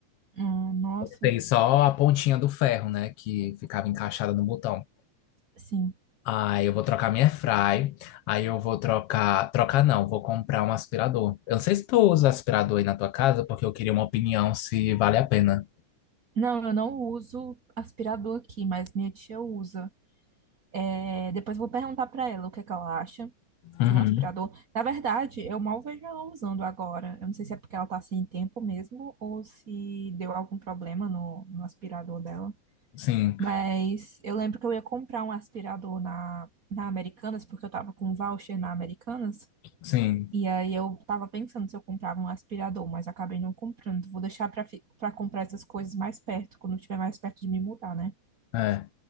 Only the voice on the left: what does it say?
Tem só a pontinha do ferro, né, que ficava encaixada no botão.
Aí eu vou trocar minha fry. Aí eu vou trocar. Trocar não, vou comprar um aspirador. Eu não sei se tu usa aspirador aí na tua casa, porque eu queria uma opinião se vale a pena.
Uhum.
Sim,
sim.
É.